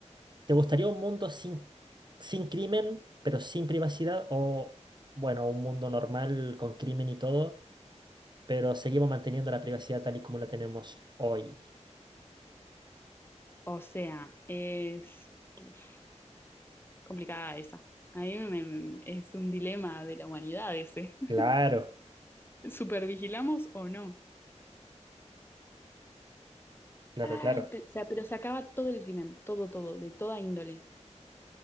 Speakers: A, on the right; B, on the left.
A: ¿te gustaría un mundo sin, sin crimen, pero sin privacidad? O, bueno, un mundo normal con crimen y todo, pero seguimos manteniendo la privacidad tal y como la tenemos hoy.
B: O sea, es uf, complicada esa. A mí me- me- es un dilema de la humanidad ese. <laughs>
A: Claro,
B: ¿Supervigilamos o no?
A: claro,
B: Ay,
A: claro.
B: pe- o sea, pero se acaba todo el crimen, todo, todo, de toda índole.